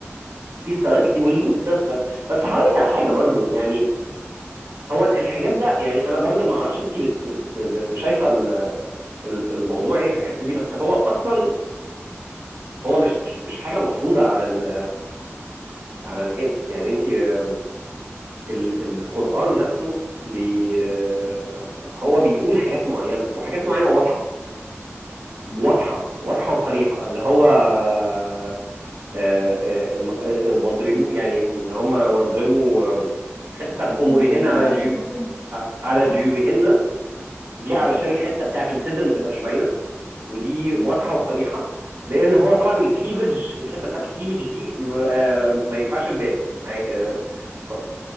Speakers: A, on the right (about 70°); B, on the left (about 55°).
A: في ستايلات كتير واللوس ده ستايل بس هقول على حاجه برضو يعني هو الحجاب ده يعني انا برضو ما اعرفش انت بت بت شايفه ال- ال- الموضوع ايه في الحته دي بس هو اصلا هو مش مش حاجه مفروضه على ال على الناس يعني انت آم، ال- القران نفسه بي آه، هو بيقول حاجات معينه وحاجات معينه واضحه
B: امم
A: واضحه واضحه وصريحه اللي هو آه، آه، آه، م- آه، آه، واضربوا يعني ان هم واضربوا آم، الحته بتاعت
B: بخمورهم
A: خمورهن على
B: على
A: جيوب
B: جنوبهم
A: آه، على
B: اه
A: جيوبهن دي
B: امم
A: علشان الحته بتاعت الصدر ما تبقاش باينه ودي واضحه
B: امم
A: وصريحه لان هو طبعا الكليفج الحته بتاعت الكليفج دي م- آه، ما ينفعش تبان عي- آه، ف-